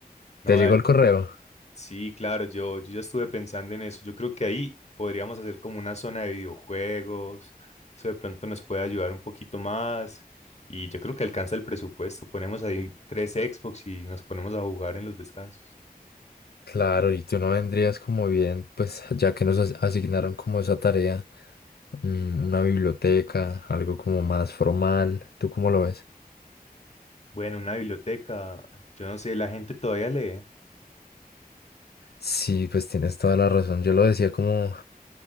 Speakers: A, on the left (about 45°); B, on the left (about 80°).
A: No,
B: ¿Te llegó
A: eh,
B: el correo?
A: sí, claro, yo, yo ya estuve pensando en eso. Yo creo que ahí podríamos hacer como una zona de videojuegos. Eso de pronto nos puede ayudar un poquito más. Y yo creo que alcanza el presupuesto. Ponemos ahí tres Xbox y nos ponemos a jugar en los descansos.
B: Claro, y tú no vendrías como bien, pues ya que nos as- asignaron como esa tarea, mm, una biblioteca, algo como más formal. ¿Tú cómo lo ves?
A: Bueno, una biblioteca. Yo no sé, la gente todavía lee.
B: Sí, pues tienes toda la razón. Yo lo decía como